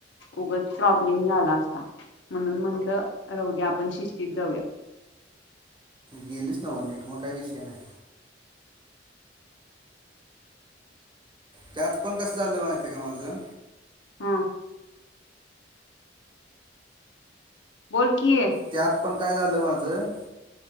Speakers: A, on the left; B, on the right.
A: उगच प्रॉब्लेम झाला असता, म्हणून म्हणलं राहुद्या आपण शिस्तीत जाऊया.
B: गेलीस नव्ह नीट मग, काही विषय नाही. त्यात पण कसं झालं माहिती आहे का माझं?
A: हा. बोल. की
B: त्यात पण काय झालं माझं?